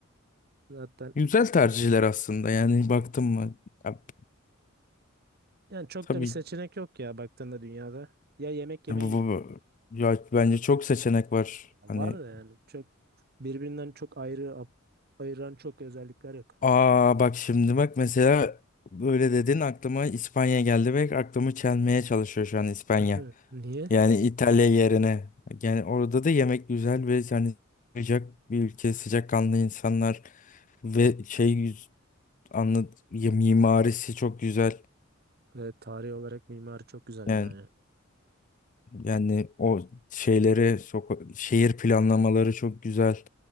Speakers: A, on the right; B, on the left.
A: Zaten
B: Güzel tercihler aslında yani baktım mı? Ya,
A: yani çok
B: tabii
A: da bir seçenek yok ya baktığında dünyada. Ya yemek yemeye
B: bu,
A: gidelim.
B: bu- bu- ya bence çok seçenek var.
A: Ya
B: Hani
A: var da yani çok birbirinden çok ayrı ap- ayıran çok özellikler yok.
B: Aa bak şimdi bak mesela böyle dedin aklıma İspanya geldi ve aklımı çelmeye çalışıyor şu an İspanya.
A: <laughs> Hı. Niye?
B: Yani İtalya yerine. Yani orada da yemek güzel ve yani sıcak bir ülke, sıcakkanlı insanlar ve şey yüz- anlat ya mimarisi çok güzel.
A: Evet, tarih olarak mimari çok güzel
B: Yani
A: yani.
B: Yani o şeyleri, soka- şehir planlamaları çok güzel.